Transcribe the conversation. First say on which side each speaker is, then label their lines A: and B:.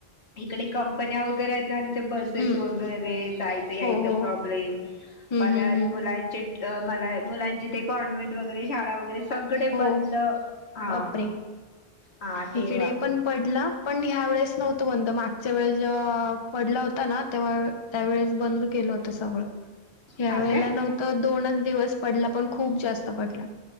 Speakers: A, on the left; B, on the left.
A: इकडे कंपन्या वगैरे आहेत. नाही तिथे बसेस
B: हम्म
A: <inaudible> वगैरे जायचं यायचं
B: हो हो हम्म
A: प्रॉब्लेम परत
B: हम्म हम्म
A: मुलांचे मला मुलांचे ते कॉन्व्हेंट वगैरे शाळा वगैरे सगळे
B: हो
A: बंद <inaudible> हा
B: बापरे
A: -हा तेव्हा
B: इकडे पण पडला पण ह्या वेेळेस नव्हतो बंद मागच्या वेळेस जेव्हा पडला होता ना तेव्हा त्यावेेळेस बंद केलं होत सगळ ह्या
A: हा
B: वेळेला
A: काय
B: नव्हतं दोनच दिवस पडला पण खूप जास्त पडला.